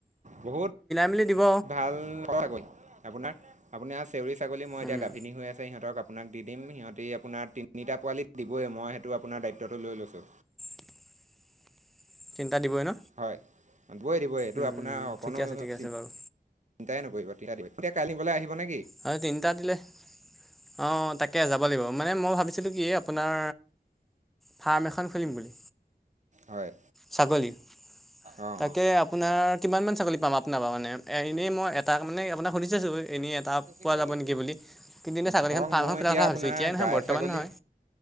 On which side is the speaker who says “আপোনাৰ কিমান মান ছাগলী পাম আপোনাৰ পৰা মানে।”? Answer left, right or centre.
Centre